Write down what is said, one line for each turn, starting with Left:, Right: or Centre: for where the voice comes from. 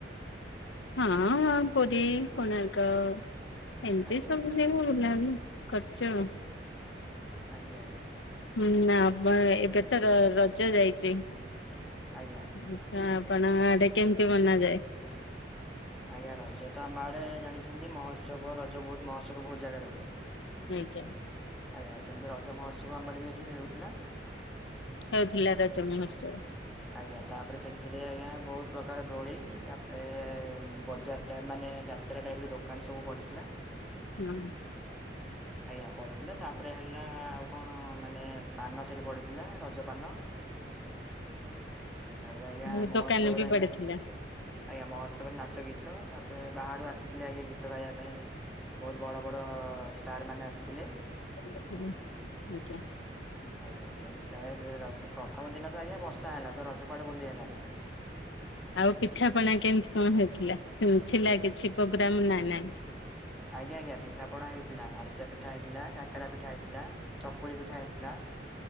Left: ହଁ-ହଁ ପୁରୀ, କୋଣାର୍କ କ ଏମ୍ତି
Centre: ଆଜ୍ଞା
Left: ସବୁ। <unintelligible> ଖର୍ଚ୍ଚ।
Centre: ଆଜ୍ଞା-ଆଜ୍ଞା।
Left: ହୁଁ ନା ବା ଏବେ ତ ରଜ ଯାଇଚି।
Centre: ଆଜ୍ଞା।
Left: ପିଠା ପଣା <unintelligible> କେମ୍ତି ବନାଯାଏ?
Centre: ଆଜ୍ଞା ରଜ ତ ଆମ ଆଡେ ଜାଣିଚନ୍ତି ମହୋତ୍ସବ ରଜ ବହୁତ୍ ମହୋତ୍ସବ ବହୁତ୍ ଜାଗାରେ ହୁଏ।
Left: ଆଜ୍ଞ।
Centre: ଆଜ୍ଞା ସେମ୍ତି ରଜ ମହୋତ୍ସବ ଆମର ବି ଏଠି ହେଉଥିଲା।
Left: ହେଉଥିଲା ରଜ ମହୋତ୍ସବ।
Centre: ଆଜ୍ଞା ତାପରେ ସେଥିରେ ଆଜ୍ଞା ବହୁତ୍ ପ୍ରକାର ଦୋଳି ତାପରେ ବଜାରଟା ମାନେ ଯାତ୍ରା ଟାଇପ୍ ର ଦୋକାନ୍ ସବୁ ପଡିଥିଲା।
Left: <unintelligible>
Centre: ଆଜ୍ଞା ପଡିିଥିଲା ତାପରେ ହେଲା ଆଉ କଣ ମାନେ ପାନ ସେଠି ପଡିଥିଲା ରଜ ପାନ ତାପରେ ଆଜ୍ଞା
Left: ହୁଁ
Centre: ମହୋତ୍ସବରେ
Left: ଦୋକାନ ବି
Centre: ଆଜ୍ଞା
Left: ପଡିଥିଲା।
Centre: ଆଜ୍ଞା ମହୋତ୍ସବରେ ନାଚ ଗୀତ ତାପରେ ବାହାରୁ ଆସିଥିଲେ ଆଜ୍ଞା ଗୀତ ଗାଇବା ପାଇଁ ବହୁତ୍ ବଡ-ବଡ ଷ୍ଟାର୍ ମାନେ ଆସିଥିଲେ।
Left: <unintelligible> ଆଜ୍ଞା।
Centre: ଆଜ୍ଞା <unintelligible> ପ୍ରଥମ ଦିନ ତ ଆଜ୍ଞା ବର୍ଷା ହେଲା ତ ରଜ କୁଆଡେ ବୁଲି ହେଲା ନାହିଁ।
Left: ଆଉ ପିଠାପଣା କେମ୍ତି କଣ ହେଇଥିଲା ଥିଲା କିଛି ପ୍ରୋଗ୍ରାମ୍ ନା ନାଇଁ?
Centre: ଆଜ୍ଞା-ଆଜ୍ଞା ପିଠା ପଣା ହେଇଥିଲା ଆରିସା ପିଠା ହେଇଥିଲା କାକେରା ପିଠା ହେଇଥିଲା ଚକୁଳି ପିଠା ହେଇଥିଲା